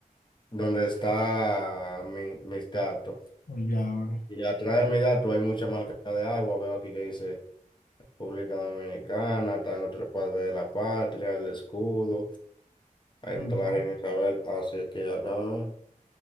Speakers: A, on the left; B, on the left.
A: donde está mi- mis datos.
B: Oye, ahora.
A: Y atrás de mis datos hay mucha marca de agua, veo aquí que dice República Dominicana, están los tres padres de la patria, el escudo, ahí
B: Ujú.
A: no está la reina Isabel, así que acá,